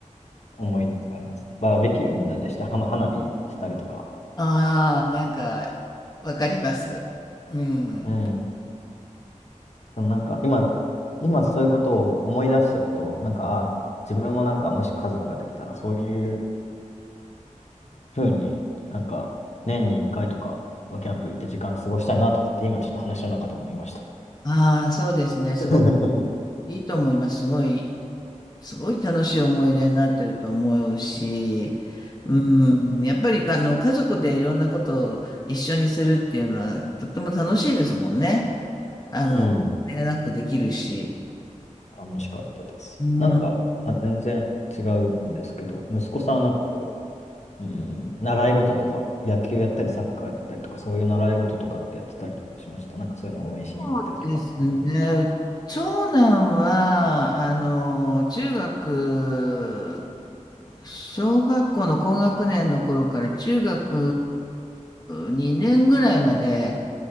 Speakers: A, on the left; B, on the left.
A: 思い出とかありますね。バーベキューみんなでして、はま花火したりとか。
B: ああ、なんか、わかります。うん。
A: うん。でもなんか今、今そういうことを思い出してると、なんか、あ、自分もなんかもし家族ができたら、そういうふうになんか年に1回とかはキャンプ行って時間過ごしたいなとかって今ちょっと話の中で思いました。
B: ああ、そうですね。すご
A: <laughs>
B: いいいと思います。すごいすごい楽しい思い出になってると思うし、うん、やっぱりあの家族でいろんなことを一緒にするっていうのはとっても楽しいですもんね。あの、
A: うん。
B: あれがなくできるし。
A: 楽しかったです。
B: うん、
A: なんか、あ、全然違うんですけど、息子さんはなんかこう、うん、習い事とか、野球やったり、サッカーやったりとか、そういう習い事とかってやってたりとかしました。なんかそういうのを応援しに行ったりとか、
B: そうですね。
A: みたいな。
B: 長男は、あの、中学、小学校の高学年の頃から中学2年ぐらいまで、